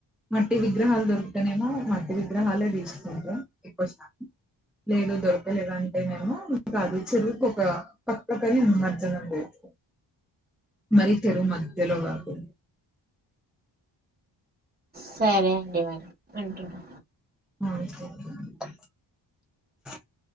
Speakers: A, in the centre; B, on the right.
A: మట్టి విగ్రహాలు దొరుకుతనేమో మట్టి విగ్రహాలే తీసుకుంటాం. ఎక్కువశాతం! లేదు, దొరకలేదంటేనేమో కాదు చెరువుకు, ఒక పక్కకాని నిమజ్జనం చేస్తాం. మరి చెరువు మధ్యలో కాకుండా!
B: సరే అండి! మరి. అంటున్నా!
A: నాయిస్ <unintelligible> ఎవరిది? <inaudible>